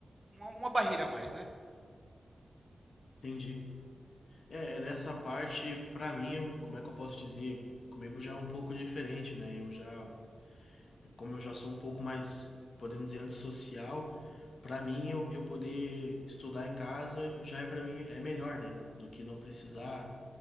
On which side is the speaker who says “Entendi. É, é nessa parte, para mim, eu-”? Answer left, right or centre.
Left